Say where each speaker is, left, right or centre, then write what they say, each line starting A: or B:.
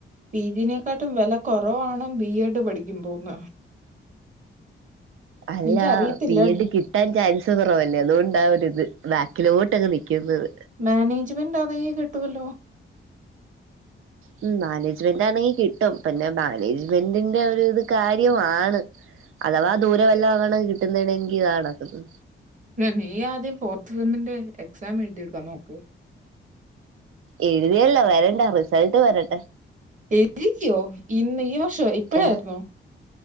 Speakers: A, on the right; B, on the right.
A: പി ജി നെക്കാട്ടും വെല കൊറവാണ് ബി എ ഡ് പഠിക്കുമ്പോന്ന്
B: അല്ല
A: എനിക്കറിയത്തില്ല
B: ബി എ ഡ് കിട്ടാ ട്ടാൻ ചാൻസ് കൊറവല്ലേ അതുകൊണ്ടാ ഒരു ഇത് ബാക്കിലോട്ടങ്ങ് നിക്കുന്നത്.
A: മാനേജ്മെന്റാന്നെങ്കി കിട്ടുവല്ലോ
B: മ് മാനേജ്മെന്റാണെങ്കി കിട്ടും പിന്നെ മാനേജ്മെന്റിന്റെ ആ ഒരു ഇത് കാര്യവാണ് അഥവാ ദൂരെ വല്ലോ ആണ് കിട്ടുന്നണെങ്കി ഇതാ കടക്ക്ന്ന്
A: നീയാദ്യം ഫോർത്ത് സെമ്മിന്റെ എക്സാം എഴുതിയെടുക്കാം നോക്ക്
B: എഴുതിയല്ലോ വരണ്ടെ റിസൾട്ട് വരട്ടെ
A: എഴ്തിയോ ഇന്ന് ഈ വർഷം ഇപ്പഴായിര്ന്നോ?
B: ഏഹ്